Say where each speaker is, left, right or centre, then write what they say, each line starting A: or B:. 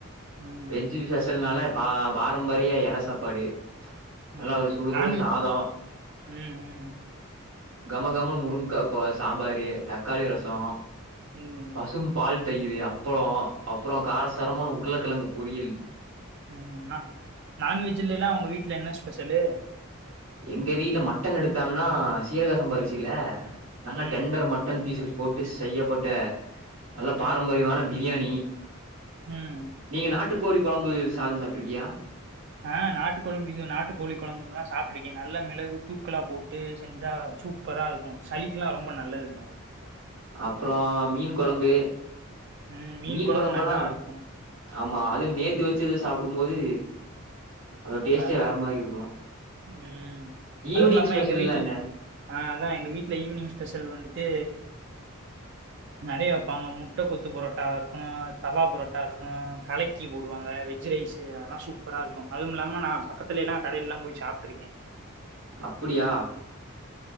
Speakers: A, on the right (about 55°); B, on the right (about 85°).
A: ம்
B: வெஜ்ஜூ சேக்ஸன்னாலே பா பாரம்பரிய எல சாப்பாடு நல்லா
A: ம்
B: ஒரு சுட
A: நான்வெஜ்
B: சுட சாதொ
A: ம் ம்
B: கம கமனு மு முருங்கா கோ சாம்பாரு தக்காளி ரசொ
A: ம்
B: பசும் பால் தயிரு அப்பள அப்றோ காரசாரமான உருளைக்கிழங்கு பொறியல்
A: உம் நா நான்வெஜ்ல எல்லா உங்க வீட்டுல என்ன ஸ்பெஷலு
B: எங்க வீட்டுல மட்டன் எடுத்தாங்கன்னா சீரகசம்பா அரிசில நல்லா
A: ம்
B: டெண்டர் மட்டன் பீசஸ் போட்டு ச் செய்யப்பட்ட நல்ல
A: ம்
B: பாரம்பரியமான பிரியாணி
A: ம்
B: நீங்க நாட்டுக் கோழி கொழம்பு சாதம் சாப்ட்டுருக்கியா
A: ஆஹ் நாட்டுக்குழம்பு ம் நாட்டுக்கோழி குழம்பு எல்லா சாப்பிட்டு இருக்கே நல்லா மிளகு தூக்கலா போட்டு செஞ்சா சூப்பரா இருக்கும் சளிக்கெல்லா ரொம்ப நல்லதுங்க அது
B: அப்புறம் மீன் குழம்பு
A: ம்
B: மீன்
A: கொழம்பு
B: குழம்பல்லா
A: நல்லா இருக்கு
B: ஆமா அது நே நேத்து வெச்சுது சாப்பிடும்போது அதோட
A: நல்லா
B: டேஸ்ட்டே
A: இருக்கு
B: வேற மாரி இருக்கும்.
A: உம் அதுவுமில்லாம
B: ஈவினிங் ஸ்பெஷல்லாம்
A: எங்க வீட்ல
B: என்ன?
A: ஆஹ் அதா எங்க வீட்ல ஈவினிங் ஸ்பெஷல் வந்துட்டு நெறயா வெப்பாங்க முட்ட கொத்து புரோட்டாவா இருக்கு தவா புரோட்டா இருக்கு கலக்கி போடுவாங்க வெஜ் ரைஸ்சு அதெல்லா சூப்பரா இருக்கு அதுவும் இல்லாம நா பக்கத்துல எல்லா கடையில எல்லா போய் சாப்பிட்டுருக்கே
B: அப்டியா